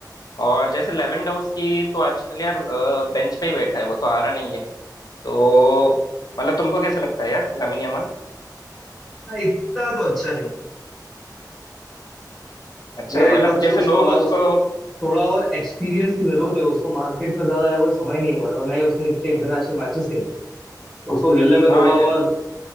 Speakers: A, on the left; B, in the centre.
A: और जैसे लेवेंडोव्स्की तो आजकल यार बेंच पे ही बैठा है वो तो आ रहा नहीं है तो मतलब तुमको कैसा लगता है यार लामिन यमाल
B: हाँ, इतना तो अच्छा नहीं
A: अच्छा
B: मेरे
A: मतलब
B: हिसाब से
A: जैसे
B: उसको
A: लोग
B: आ
A: उसको
B: उसको थोड़ा और एक्सपीरियंस की जरूरत है उसको मार्केट में ज्यादा आए हुए समय नहीं हुआ है और ना ही उसने इतने इंटरनेशनल मैचेस खेले तो उसको खेलने में थोड़ा
A: हाँ यार
B: और